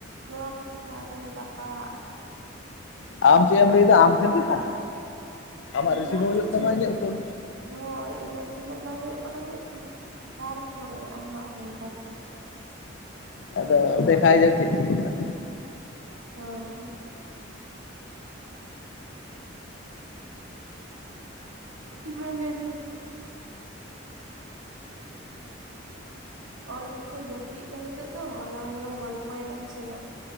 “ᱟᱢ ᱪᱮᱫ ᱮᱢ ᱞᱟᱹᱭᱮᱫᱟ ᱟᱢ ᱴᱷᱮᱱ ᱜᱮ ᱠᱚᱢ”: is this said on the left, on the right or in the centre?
Left